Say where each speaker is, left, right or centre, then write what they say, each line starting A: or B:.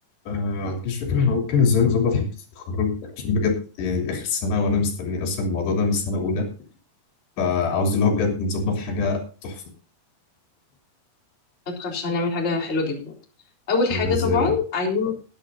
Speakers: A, on the left; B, on the left.
A: آه، ما عنديش فكرة احنا ممكن ازاي نظبط حفلة التخرج عشان بجد يعني دي آخر سنة وأنا مستني أصلا الموضوع ده من سنة أولى فعاوز اللي هو بجد نظبط حاجة تحفة
B: ما تخافش هنعمل حاجة حلوة جدا أول
A: آه،
B: حاجة
A: ازاي
B: طبعا
A: بقى؟
B: عايزين